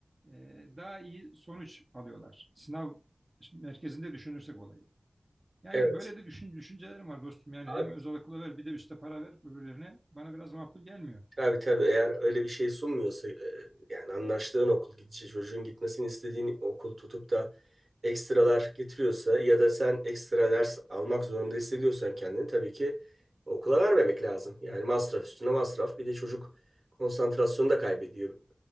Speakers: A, on the right (about 40°); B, on the right (about 65°).
A: e, daha iyi sonuç alıyorlar. Sınav merkezinde düşünürsek olayı. Yani
B: evet.
A: böyle de düşün, düşüncelerim var dostum. Yani
B: Abi
A: hem özel okula ver bir de üste para ver öbürlerine. Bana biraz makul gelmiyor.
B: Tabii tabii eğer öyle bir şey sunmuyorsa e, yani anlaştığın okul gidişi çocuğun gitmesini istediğin okul tutup da ekstralar getiriyorsa ya da sen ekstra ders almak zorunda hissediyorsan kendini tabii ki okula vermemek lazım. Yani masraf üstüne masraf bir de çocuk konsantrasyonu da kaybediyor.